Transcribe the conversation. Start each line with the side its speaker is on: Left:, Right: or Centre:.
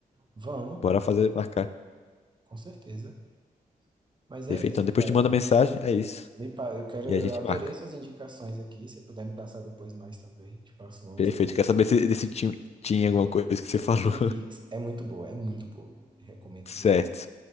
Right: Vamos,
Left: Bora fazer, marcar.
Right: com certeza. Mas
Left: Perfeito.
Right: é isso,
Left: Então, depois
Right: cara.
Left: te manda mensagem, é isso.
Right: Me, pa- eu quero,
Left: E
Right: eu
Left: a gente
Right: adorei
Left: marca.
Right: essas indicações aqui. Se puder me passar depois mais também, te passo umas
Left: Perfeito.
Right: também.
Left: Quer saber se desse tinha, tinha alguma coisa que você falou?
Right: Twin Peaks é muito boa, é muito boa. Recomendo
Left: <laughs> Certo.
Right: demais.